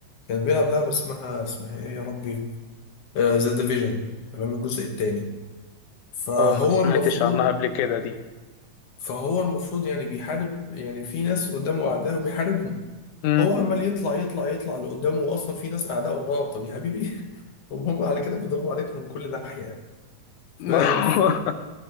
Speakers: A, on the left; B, on the left.
A: كان بيلعب لعبة اسمها اسمها ايه يا ربي ذا ديفيجن تمام الجزء الثاني فهو
B: اه ما سمعتش
A: المفروض
B: عنها قبل كده دي
A: فهو المفروض يعني بيحارب يعني في ناس قدامه اعداء وبيحاربهم
B: امم
A: هو عمال يطلع يطلع يطلع لقدامه واصلا في ناس اعداء وراه طب يا حبيبي <laughs> طب هم على كده بيضربوا عليك من كل ناحية فاهم
B: <laughs> ما هو